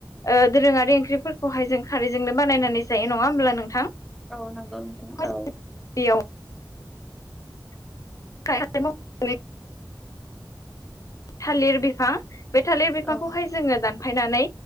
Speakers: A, on the left; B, in the centre.
A: ओ दोरोङारि ओंख्रिफोरखौहाय जों खारैजोंनो बानायनानै जायो नङा होमब्ला नोंथां?
B: औ नंगौ नोंथां औ
A: <inaudible> <unintelligible> थालिर बिफां बे थालिर बिफांखौहाय
B: औ
A: जोङो दानफायनानै